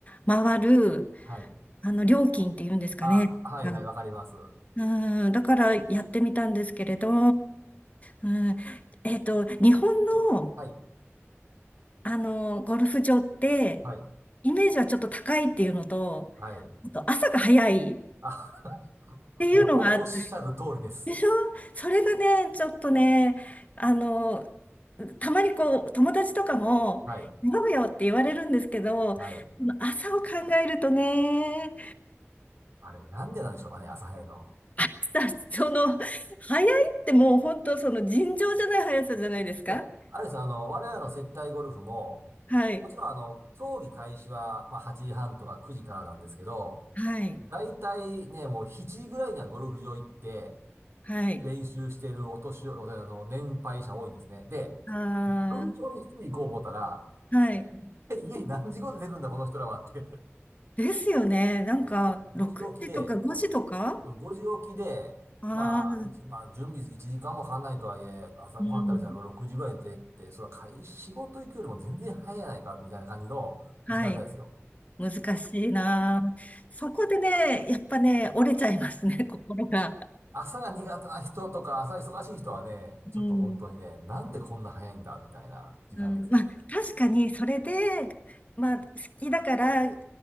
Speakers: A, on the left (about 30°); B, on the right (about 70°).
A: 回る、
B: はい。
A: あの、料金っていうんですかね。
B: あ、はい、
A: うん
B: はい、わかります。
A: うん、だからやってみたんですけれど、うん、えっと、日本の、
B: はい。
A: あの、ゴルフ場って、
B: はい。
A: イメージはちょっと高いっていうのと、
B: はい。
A: あと朝が早いっ
B: あ、
A: ていうのがあって、
B: もうお、おっしゃる通りです。
A: でしょそれがね、ちょっとね、あの、たまにこう、友達とかも、
B: はい。
A: 飲むよって言われるんですけど、
B: はい。
A: 朝を考えるとね、
B: あれ、なんでなんでしょうかね、朝早いの。
A: <laughs> さ、その、早いってもう本当その尋常じゃない速さじゃないですか
B: いや、あれです、あの、我らの接待ゴルフも、
A: はい。
B: もちろん、あの、競技開始は、まあ、8時半とか9時からなんですけど、
A: はい。
B: だいたいね、もう7時ぐらいにはゴルフ場行って、
A: はい。
B: 練習してるお年寄り、あの、年配者多いんですね。で、
A: あ
B: ゴルフ場に7時行こう思ったら、
A: ーはい。
B: 一体家に何時頃出てるんだ、この人らはって。
A: ですよね。なんか、
B: こう5時起きで、
A: 6時とか5時とか
B: そう、5時起きで、
A: ああー、
B: まあ、いちまあ、準備1時間もかかんないとはいえ、朝ごはん食べたら6時ぐらいでって、
A: うん。
B: そうだ、会仕事行くよりも全然早いやないか、みたいな感じの時間帯ですよ。
A: はい。難しいな。そこでね、やっぱね、折れちゃいますね、<laughs> 心が。
B: 朝が苦手な人とか、朝忙しい人はね、ちょっと本当にね、
A: うん。
B: なんでこんな早いんだ、みたいな時間ですよね。
A: うん、まあ、確かに、それで、まあ、好きだから、